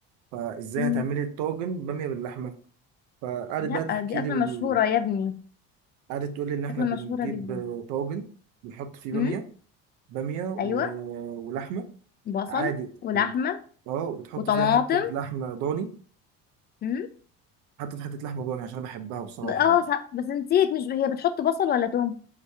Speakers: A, on the right; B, on the left.
A: فازاي
B: مم.
A: هتعملي طاجن باميه باللحمه فقعدت
B: لا
A: بقى تحكي
B: دي أكلة
A: لي بال...
B: مشهورة يا ابني
A: قعدت تقول لي ان احنا
B: أكلة
A: بنجيب
B: مشهورة جدا
A: آه، طاجن بنحط فيه باميه
B: مم.
A: باميه و...
B: أيوة
A: ولحمه
B: بصل
A: عادي
B: ولحمة
A: و... اه وبتحط
B: وطماطم
A: فيها حته لحمه ضاني
B: مم.
A: حطيت حته لحمه ضاني عشان انا بحبها بصراحه
B: ب- اه
A: يعني
B: صح. بس نسيت مش ب- هي بتحط بصل ولا توم